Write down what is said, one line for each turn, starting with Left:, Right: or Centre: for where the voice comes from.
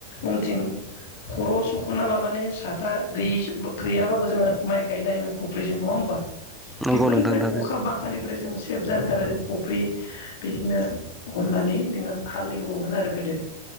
Left: उनथिं खर'आव सुख'ना लानानै साथा गैयि गैयाबाबो जोङो माइ गायनो हायोमोन खफ्रिजों नङा होमबा?
Centre: नंगौ
Left: बेफोरनिफ्राय
Centre: नोंथां थारैनो
Left: अखा बांखानिफ्राय जों सेभ जानो थाखाय जों कफ्रि बिदिनो हमनानै जोङो हाल एवोमोन आरो गोदो।